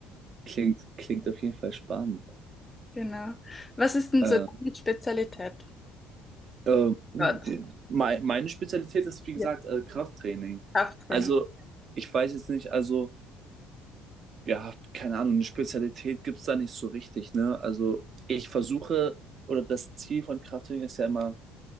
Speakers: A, on the right (about 50°); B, on the left (about 20°).
A: klingt, klingt auf jeden Fall spannend.
B: genau. Was ist denn
A: Äh,
B: so deine Spezialität
A: ähm, die-
B: dort?
A: mei- meine Spezialität ist, wie gesagt,
B: Ja.
A: äh, Krafttraining.
B: Krafttraining.
A: Also, ich weiß jetzt nicht, also. ja, keine Ahnung, eine Spezialität gibt es da nicht so richtig, ne? Also ich versuche, oder das Ziel von Krafttraining ist ja immer,